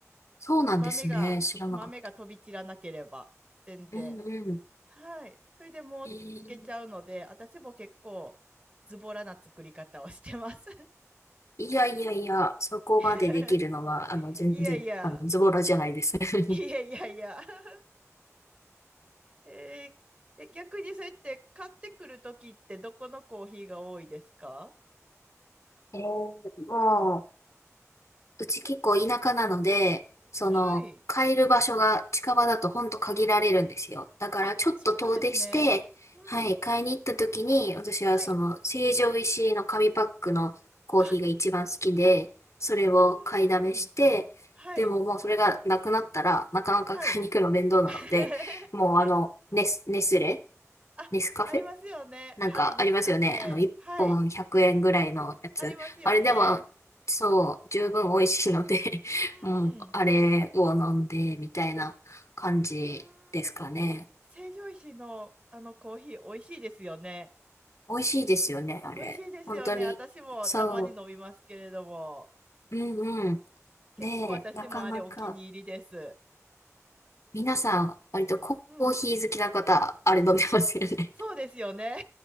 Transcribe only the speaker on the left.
そうなんですね。
知らなかった。
うんうん。
えー
いやいやいや、そこまでできるのは、
あの、全然、
あの、ズボラじゃないですね。
えーもうち結構田舎なので、その、
買える場所が近場だとほんと限られるんですよ。だからちょっと遠出して、
はい、買いに行った時に、私はその、
成城石井の紙パックのコーヒーが一番好きで、
それを買いだめして、
でももうそれがなくなったら、なかなか買いに行くの面倒なので、
もうあの、ネス、ネスレ、
ネスカフェ
なんかありますよね。
あの、1本100円ぐらいのやつ。
あれでも、そう、十分美味しいので
<laughs> うん、あれを飲んで、みたいな感じですかね。
美味しいですよね、あれ。
本当に。
そう。うんうん。
で、なかなか、皆さん、割とコーヒー好きな方、
あれ飲んでますよね。